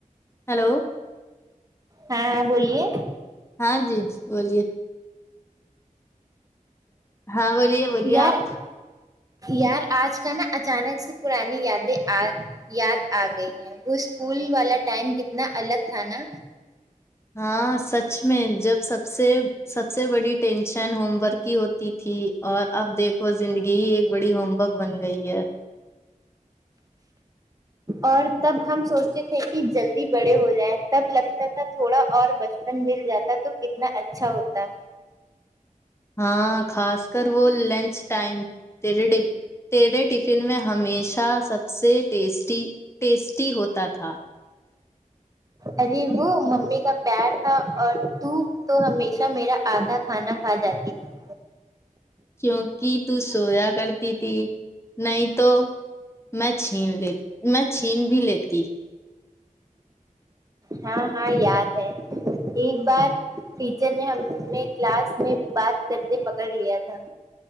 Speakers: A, on the left; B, on the right.
A: ہیلو
B: ہاں ہاں بولیے
A: ہاں جی بولیے ہاں بولیے بولیے
B: یار
A: آپ
B: یار آج کل نا اچانک سے پرانی یادیں آ یاد آ گئی ہے وہ اسکول والا ٹائم کتنا الگ تھا نا
A: ہاں سچ میں جب سب سے سب سے بڑی ٹینشن ہوم ورک کی ہو تھی اور اب دیکھو زندگی ایک بڑی ہوم ورک بن گئی ہے
B: اور تب ہم سوچتے تھے کی جلدی بڑے ہو جائےیں تب لگتا تھا تھوڑا اور بچ پن مل جاتا تو کتنا اچھا ہوتا
A: ہاں خاص کر وہ لنچ ٹائم تے تیرے تیرے ٹی ٹفن میں ہمیشہ سب سے ٹیسٹی ٹیسٹی ہوتا تھا
B: ارے وہ ممی کا پیار تھا اور تو تو ہمیشہ میرا آدھا کھانا کھا جاتی تھی
A: کیونکہ تو سویا کرتی تھی نہیں تو میں چھین لیتی میں چھین بھی لیتی
B: ہاں ہاں یاد ہے ایک بار ٹیچر نے ہمیں کلاس میں بات کرتے پکڑ لیا تھا